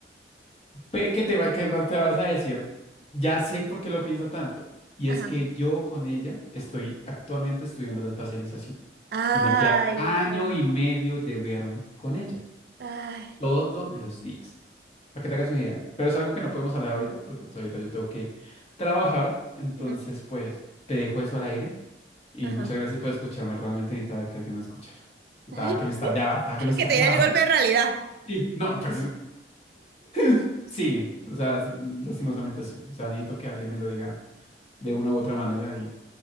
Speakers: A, on the left; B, on the right.
A: Ve que te va, que va- te vas a decir, ya sé por qué lo pienso tanto. Y
B: ajá.
A: es que yo con ella estoy actualmente estudiando la especialización
B: Ay,
A: y me queda año
B: no.
A: y medio de verme con ella
B: Ay.
A: todos los días. Para que te hagas una idea. Pero es algo que no podemos hablar ahorita porque pues ahorita yo tengo que trabajar. Entonces,
B: Ujú.
A: pues te dejo eso al aire y
B: Ajá.
A: muchas gracias por escucharme. Realmente necesitaba que alguien me escuchara. Estaba
B: Ay.
A: que me estallaba,
B: <laughs>
A: estaba que me estallaba.
B: Que te diera el golpe de realidad.
A: Sí, no, pues <laughs> sí, o sea, sí, lastimosamente sí. O sea, necesito que alguien me lo diga de una u otra manera y